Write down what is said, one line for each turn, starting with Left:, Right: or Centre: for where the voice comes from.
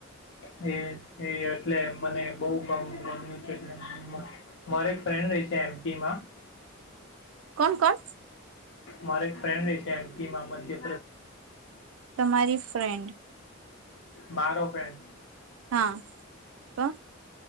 Left: હે. એ એટલે મને બહુ‌ ગમતું ન હતું એ મારે એક ફ્રેન્ડ રે એમ પી માં. <inaudible>
Right: કોણ કોણ.
Left: મારે એક ફ્રેન્ડ રે છે એમપી માં મધ્ય
Right: તમારી ફ્રેન્ડ.
Left: મારો ફ્રેન્ડ.
Right: હા તો.